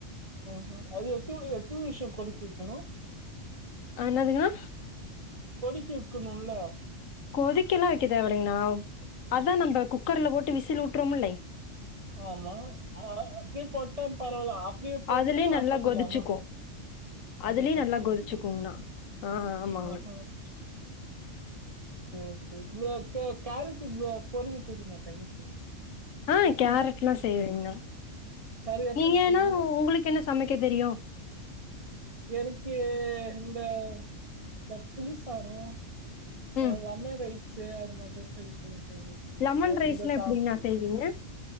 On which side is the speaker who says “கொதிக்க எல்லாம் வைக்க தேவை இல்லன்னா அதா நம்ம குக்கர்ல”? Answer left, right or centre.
Left